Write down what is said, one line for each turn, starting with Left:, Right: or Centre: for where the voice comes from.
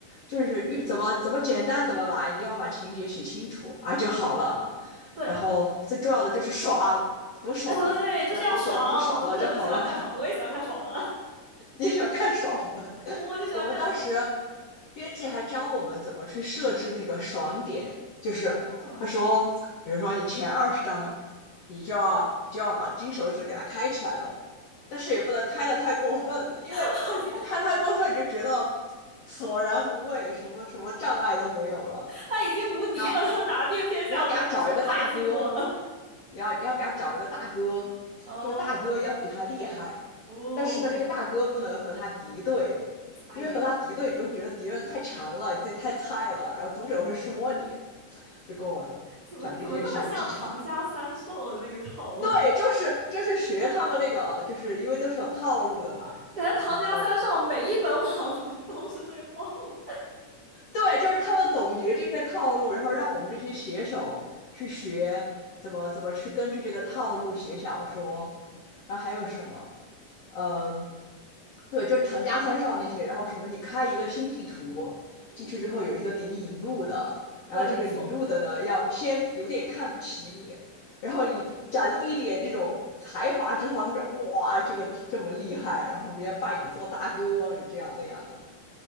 Left: 就是越怎么怎么简单怎么来，你要把情节写清楚啊就好了。
Right: 对，
Left: 然后最重要的就是爽，多爽。
Right: <laughs> 啊，对，就是要爽，
Left: 让读者读爽了就好了，
Right: 读者就喜欢看爽的，我也喜欢看爽的，
Left: <laughs> 你喜欢看爽文。<laughs>
Right: 我就喜欢看爽。
Left: 我们当时编辑还教我们怎么去设置那个爽点，就是他说，
Right: 嗯，
Left: 比如说你前二十章，你就要你就要把金手指给它开起来了，但是也不能开的太过分了，因为
Right: <laughs>
Left: 你开太过分，你就觉得索然无味，什么什么障碍都没有了。
Right: 他已经无敌了，
Left: 你要
Right: 他打遍天下无敌手，
Left: 你要给他找一个大哥，
Right: 太寂寞了。
Left: 你要你要给他找一个大哥，
Right: 哦
Left: 这个大哥要比他厉害，
Right: 哦，
Left: 但是呢，这个大哥不能和他敌对，
Right: 哎呀，
Left: 因为和他敌对，你就觉得敌人太馋了，你自己太菜了，然后读者会说你，就跟我
Right: 怎么怎么那么像唐家三少的那个套路？
Left: 讲这些小技巧。对，
Right: <laughs>
Left: 就是就是学他们那个，就是因为都是有套路的嘛。
Right: 感觉唐家三少每一本网
Left: 然后。
Right: <laughs> 文都是这个套路。
Left: 对，就是他们总结这些套路，然后让我们这些写手去学怎么怎么去根据这个套路写小说，然后还有什么，嗯，对，就是唐家三少那些，然后什么你开一个新地图进去之后有一个给你引路的，
Right: 嗯，
Left: 然后这个引路的呢要先有点看不起你，
Right: 对，没错。
Left: 然后你展露一点这种才华之后，他说哇这个这么厉害，然后别人家拜你做大哥，就这样那样的，